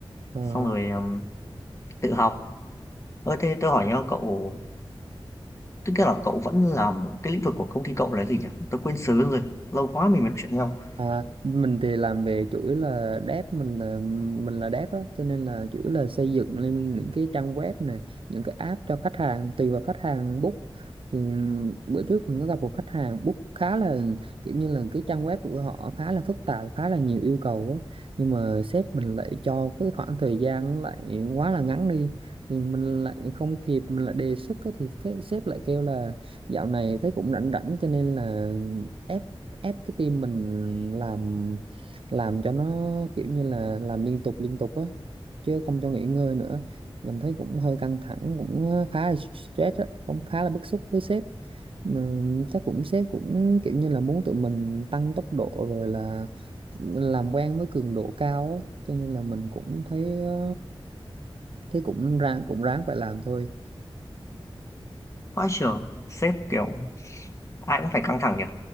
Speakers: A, on the right; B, on the left.
A: Ờ,
B: xong rồi ừm, tự học ơ thế tôi hỏi nhá cậu tức là cậu vẫn làm cái lĩnh vực của công ty cậu là gì nhỉ tớ quên sớm rồi lâu quá mình mới nói chuyện nhau
A: À, mình thì làm về chủ yếu là dev mình là mình là dev á cho nên là chủ yếu là xây dựng lên những cái trang web này những cái app cho khách hàng tùy vào khách hàng book thì bữa trước mình có gặp một khách hàng book khá là kiểu như là cái trang web của họ khá là phức tạp khá là nhiều yêu cầu á nhưng mà sếp mình lại cho cái khoảng thời gian nó lại quá là ngắn đi thì mình lại không kịp mình lại đề xuất á, thì phế- sếp lại kêu là dạo này thấy cũng rảnh rảnh cho nên là ép ép cái tim mình làm làm cho nó kiểu như là làm liên tục liên tục á chứ không cho nghỉ ngơi nữa mình thấy cũng hơi căng thẳng cũng khá là stress á cũng khá là bức xúc với sếp mà chắc cũng sếp cũng kiểu như là muốn tụi mình tăng tốc độ rồi là làm quen với cường độ cao á cho nên là mình cũng thấy ờ, thấy cũng ráng cũng ráng phải làm thôi
B: vãi trưởng sếp kiểu ai cũng phải căng thẳng nhỉ